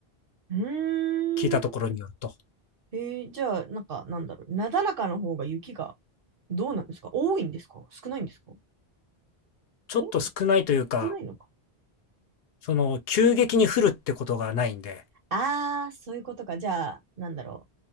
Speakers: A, on the right; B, on the left.
A: うーん。
B: 聞いたところによると。
A: えー、じゃあ、なんか、なんだろう。なだらかの方が雪が、どうなんですか多いんですか少ないんですか
B: ちょっと少ないというか、
A: 多いの少ないのか。
B: その急激に降るってことがないんで、
A: ああ、そういうことか。じゃあ、なんだろ